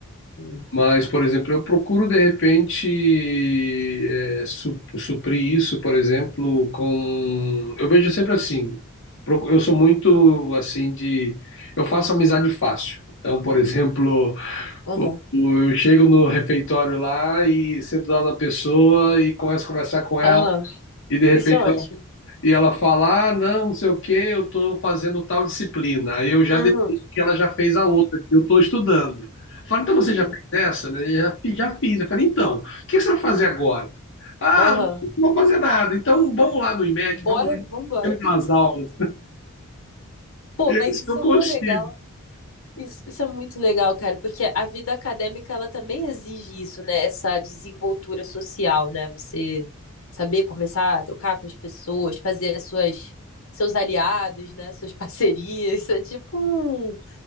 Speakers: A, on the left; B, on the left.
A: Uhum.
B: Mas, por exemplo, eu procuro de repente é, su- suprir isso, por exemplo, com. Eu vejo sempre assim. pro- Eu sou muito assim de. Eu faço amizade fácil. Então, por exemplo,
A: Aham.
B: o- o- eu chego no refeitório lá e sento do lado da pessoa e começo a conversar com ela.
A: Aham.
B: E de repente
A: Isso é ótimo.
B: e ela fala: Ah, não, não sei o que, eu estou fazendo tal disciplina. Aí eu já
A: Uhum.
B: deduzo que ela já fez a outra, que eu estou estudando. Eu falo, então você
A: Sim.
B: já fez essa? né? Já, fi- já fiz. Eu falei, então, o que você vai fazer agora? Ah,
A: Aham.
B: não vou fazer nada. Então vamos lá no IMEC,
A: Bora,
B: vamos lá,
A: vambora.
B: você me dá umas aulas.
A: Pô,
B: E
A: mas isso
B: eu
A: é
B: consigo.
A: mó legal. Isso, isso é muito legal, cara, porque a vida acadêmica ela também exige isso, né? Essa desenvoltura social, né? Você saber conversar, trocar com as pessoas, fazer as suas seus aliados, né? Suas <laughs> parcerias. Isso é tipo um